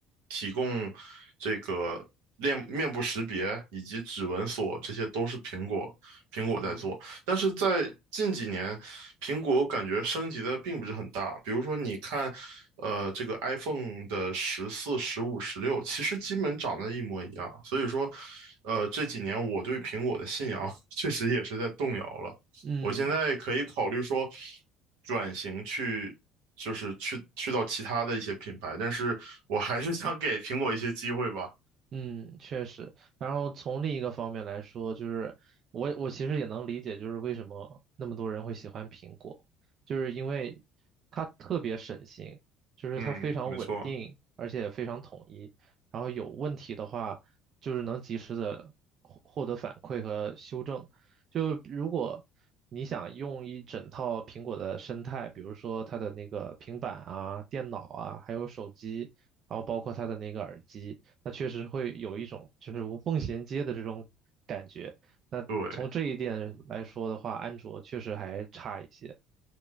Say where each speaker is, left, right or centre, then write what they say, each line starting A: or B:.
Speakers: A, on the right; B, on the right.
A: 提供这个面面部识别以及指纹锁，这些都是苹果苹果在做。
B: 嗯
A: 但是在近几年，苹果感觉升级的并不是很大。比如说，你看，呃，这个 iPhone 的十四、十五、十六，其实基本长得一模一样。所以说，呃，这几年我对苹果的信仰 <laughs> 确实也是在动摇了。
B: 嗯
A: 我现在可以考虑说转型去，就是去去到其他的一些品牌，但是我还是想给苹果一些机会吧。
B: 嗯，确实。然后从另一个方面来说，就是我我其实也能理解，就是为什么那么多人会喜欢苹果，就是因为它特别省心，就是它非常稳定，
A: 嗯，没错，
B: 而且非常统一。然后有问题的话，就是能及时的获获得反馈和修正。就如果你想用一整套苹果的生态，比如说它的那个平板啊、电脑啊，还有手机，然后包括它的那个耳机。那确实会有一种就是无缝衔接的这种感觉。那从这一点来说的话，
A: 对。
B: 安卓确实还差一些。